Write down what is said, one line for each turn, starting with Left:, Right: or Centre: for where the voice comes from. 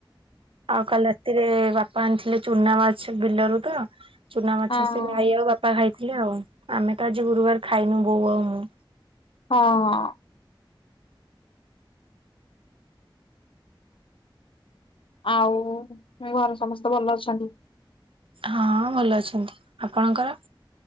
Right: ଆଉ କାଲି ରାତିରେ ବାପା ଆଣିଥିଲେ ଚୁନା ମାଛ ବିଲରୁ ତ ଚୁନା ମାଛ।
Left: ହଁ
Right: <unintelligible> ବାପା ଖାଇଥିଲେ ଆଉ ଆମେ ତ ଆଜି ଗୁରୁବାର ଖାଇନୁ ବୋଉ ଆଉ ମୁଁ।
Left: ହଁ। ଆଉ ଘରେ ସମସ୍ତେ ଭଲ ଅଛନ୍ତି।
Right: ହଁ ଭଲ ଅଛନ୍ତି ଆପଣଙ୍କର।